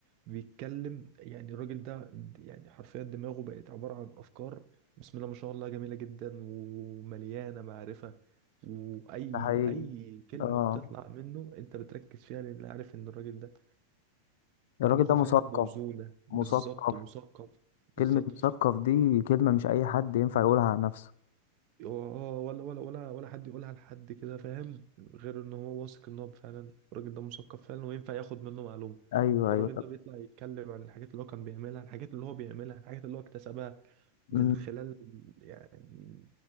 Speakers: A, on the right; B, on the left.
A: بيتكلم يعني الراجل ده د- يعني حرفيا دماغه بقت عبارة عن أفكار بسم الله ما شاء الله جميلة جدا ومليانة معرفة وأي
B: ده حقيقي
A: أي كلمة
B: آه
A: بتطلع منه أنت بتركز فيها لأن عارف إن الراجل ده دماغه
B: الراجل ده مثقف
A: فعلا موزونة بالظبط
B: مثقف
A: مثقف بالظبط
B: كلمة مثقف دي كلمة مش أي حد ينفع يقولها عن نفسه
A: اه ولا ولا ولا ولا حد يقولها لحد كده فاهم غير ان هو واثق ان هو فعلا الراجل ده مثقف فعلا وينفع ياخد منه معلومه
B: أيوه
A: فالراجل
B: أيوه طب
A: ده بيطلع يتكلم عن الحاجات اللي هو كان بيعملها الحاجات اللي هو بيعملها الحاجات اللي هو اكتسبها
B: مم.
A: من خلال يعني